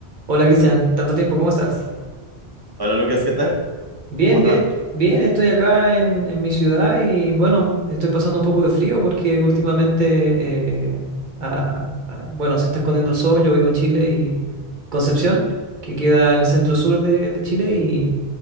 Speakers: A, on the right; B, on the right.
A: Hola Cristian, tanto tiempo, ¿cómo estás?
B: Hola Lucas, ¿qué tal?
A: Bien,
B: ¿Cómo
A: bien,
B: te va?
A: bien, estoy acá en, en mi ciudad y bueno, estoy pasando un poco de frío porque últimamente, eh, ah, ah, bueno, se está escondiendo el sol, yo vivo en Chile y Concepción, que queda en el centro sur de, de Chile y